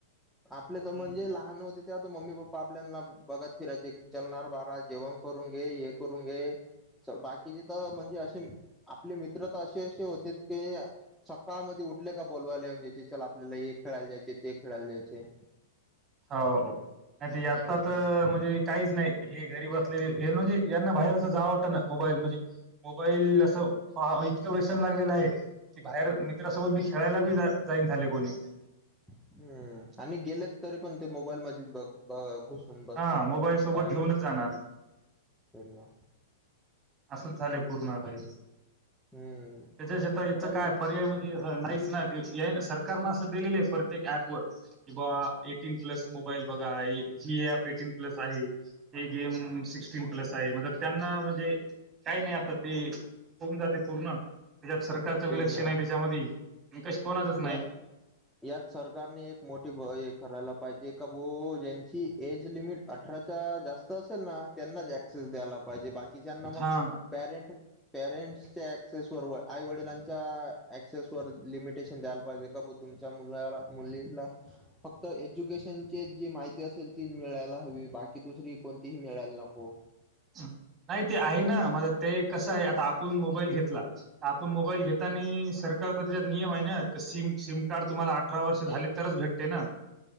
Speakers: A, in the centre; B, on the right.
A: आपले तर
B: हम्म.
A: म्हणजे लहान होते. तेव्हा तर मम्मी पप्पा आपल्याना बघत फिरायचे की चलणार बाळा जेवण करून घे. हे करून घे. बाकीचे तर म्हणजे असे आपले मित्र तर असे असे होतेत की, सकाळ मध्ये उठले का बोललावायला येऊन चल आपल्याला हे खेळायला जायचे ते खेळायला जायचे. चे?
B: हो नाही ते आताच
A: ना
B: मजे काहीच नाही हे घरी बसलेले म्हणजे यांना बाहेर असं जावं वाटतं ना मोबाईल मध्ये. मोबाईल असं इतकं वेसन लागलेलं आहे. कि बाहेर मित्रासोबत मी खेळायला बि जाईन झाले कोणी.
A: हम्म आणि गेलेत तरी पण ते मोबाईल मध्ये गुसतात. बसणार
B: हा मोबाईल सोबत
A: बाहेर
B: घेऊनच
A: पण
B: जाणार.
A: ना.
B: असंचं झालं पूर्ण आता हे.
A: हम्म
B: त्याच्या शिवाय याच
A: पण
B: काय पर्याय म्हणजे नाहीचं ना. सरकारनं असं दिलेलं आहे प्रत्येक अँप वर. कि बा एटीन प्लस मोबाईल बघा आहे जी अँप एटीन प्लस आहे. हे गेम सिक्स्टीन प्लस आहे म्हणज त्यांना म्हणजे काही नाही आता ते होऊन जाते पूर्ण त्याच्यात सरकारचं
A: तेच
B: विलक्षण
A: ना
B: आहे त्याच्यामध्ये विकास कोणाचं नाही?
A: यात यात सरकारने एक मोठी हे करायला पाहिजे का बो ज्यांची एज लिमिट अठराच्या जास्त असेल ना त्यांनाच ऍक्सेस दयला पाहिजे बाकी कि ज्यांना
B: हा
A: मग पॅरेंट पॅरेंट्सच्या एक्सेस बरोबर आई वडिलांच्या ऍक्सेस वर लिमिटेशन दयला पाहिजे का ब तुमच्या मुलाला मुलीला फक्त एज्युकेशनची जी माहिती असेल ती मिळायला हवी बाकी दुसरी कोणतीही मिळायला नको. नको.
B: नाही ते आहे ना ते कसं आहे आता आपण मोबाईल घेतला आपण मोबाईल घेता आणि सरकार तर त्या नियम आहे ना सिम सिम कार्ड तुम्हाला अठरा वर्ष झाले तरच भेटते ना.